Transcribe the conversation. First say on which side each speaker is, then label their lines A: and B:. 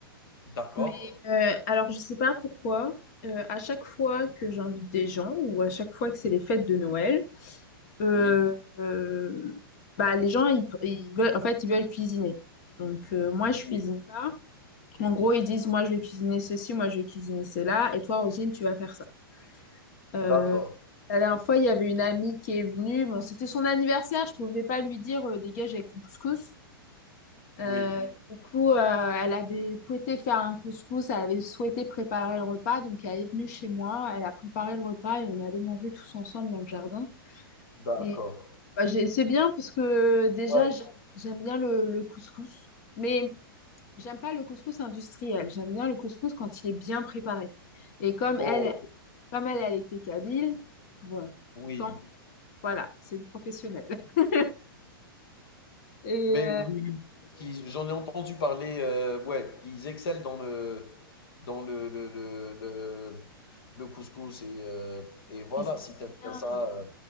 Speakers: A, on the left; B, on the left.
A: d'accord.
B: Mais euh, alors, je sais pas pourquoi, euh, à chaque fois que j'invite des gens ou à chaque fois que c'est les fêtes de Noël, euh,
A: Oui,
B: euh, bah, les gens, ils, ils veulent, en fait, ils veulent cuisiner. Donc, euh, moi, je
A: oui,
B: cuisine pas. En gros, ils disent, moi, je vais cuisiner ceci, moi, je vais cuisiner cela, et toi, Rosine, tu vas faire ça. Euh,
A: d'accord.
B: la dernière fois, il y avait une amie qui est venue. Bon, c'était son anniversaire, je pouvais pas lui dire, euh, dégage avec ton couscous. Euh,
A: Oui,
B: du coup, euh, elle avait souhaité faire un couscous, elle avait souhaité préparer le repas, donc elle est venue chez moi, elle a préparé le repas et on allait manger tous ensemble dans le jardin.
A: d'accord.
B: Et bah, j'ai- c'est bien parce que déjà,
A: Ouais.
B: j'ai- j'aime bien le, le couscous, mais j'aime pas le couscous industriel, j'aime bien le couscous quand il est bien préparé. Et comme
A: Oh,
B: elle, comme elle, elle était kabyle, bon,
A: oui.
B: tant voilà, c'est une professionnelle. <laughs> Et
A: Mais
B: euh,
A: oui, oui, oui, j'en ai entendu parler, heu, ouais, ils excellent dans le dans le le le le le couscous et heu et voilà,
B: cuisine
A: si
B: très
A: t'aimes
B: bien,
A: bien ça, heu,